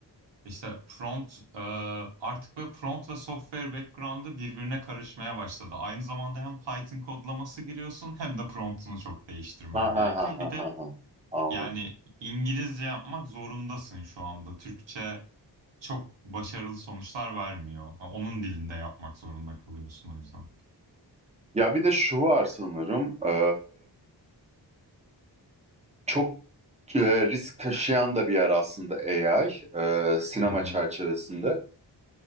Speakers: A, on the right; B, on the right.
A: İşte prompt e, artık böyle prompt ve software background'ı birbirine karışmaya başladı. Aynı zamanda hem Python kodlaması giriyorsun hem de prompt'unu çok değiştirmen
B: Ha
A: gerekiyor.
B: ha ha ha
A: Bir de
B: ha. ha. Anladım.
A: yani İngilizce yapmak zorundasın şu anda. Türkçe çok başarılı sonuçlar vermiyor. Ha, Onun dilinde yapmak zorunda kalıyorsun o yüzden.
B: Ya bir de şu var sanırım. e, çok e, risk taşıyan da bir yer aslında AI e, sinema
A: Hı hı,
B: çerçevesinde.